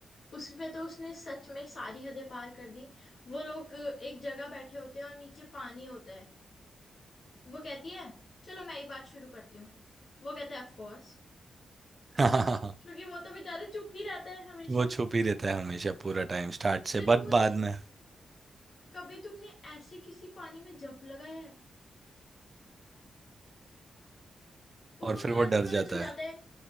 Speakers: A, on the left (about 45°); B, on the right (about 30°).
A: उसमें तो उसने सच में सारी हदें पार कर दी वो लोग एक जगह बैठे होते हैं और नीचे पानी होता है वो कहती है चलो मैं ही बात शुरू करती हूँ वो कहता है ऑफ कोर्स
B: <laughs> हाँ
A: क्योंकि वो तो बेचारा चुप ही रहता है हमेशा
B: वो छुप ही रहता है हमेशा पूरा टाइम स्टार्ट से
A: फिर वो
B: बट
A: बोलती
B: बाद
A: है
B: में
A: कभी तुमने ऐसे किसी पानी में जंप लगाया है उसको
B: और फिर
A: तुरंत
B: वो डर
A: ही
B: जाता
A: पता चल जाता
B: है
A: है